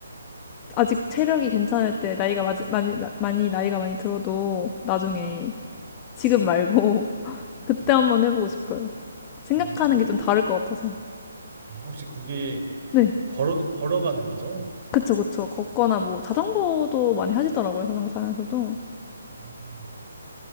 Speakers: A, on the left (about 20°); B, on the right (about 45°).
A: 아직 체력이 괜찮을 때 나이가 맞- 많이, 많이 나이가 많이 들어도 나중에 지금 말고 <laughs> 그때
B: 네.
A: 한번 해보고 싶어요. 생각하는
B: 음, 혹시
A: 게 좀 다를
B: 그,
A: 것 같아서.
B: 음, 혹시 그게
A: 네.
B: 걸어 걸어가는 거죠?
A: 그쵸, 그쵸. 걷거나 뭐 자전거도 많이 하시더라고요. 자전거 타면서도.
B: 음.